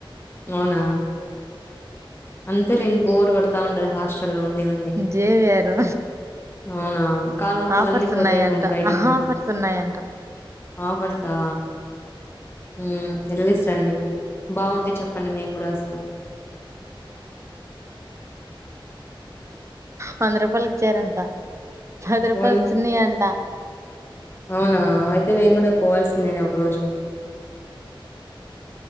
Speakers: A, on the left (about 25°); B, on the right (about 30°).
A: అవునా అంతేలే బోర్ కొడ్తా ఉంటది హాస్టల్లో ఉండి ఉండి
B: జేవిఆర్
A: అవునా కాల్ నొప్పులన్నీ
B: ఆఫర్స్
A: పోతాయి
B: ఉన్నాయంట
A: పొండి బయటిక్ పొం
B: ఆఫర్స్ ఉన్నాయంట
A: ఆఫర్సా మ్ ఎల్లేసి రండి బాగుంటే చెప్పండి మేం గుడా వస్
B: వంద రూపాయక్ చీరంట. పది రూపాయలకి
A: ఉం
B: చున్నీ అంట
A: అవునా అయితే మేం గుడ పోవాల్సిందేనే ఒక రోజు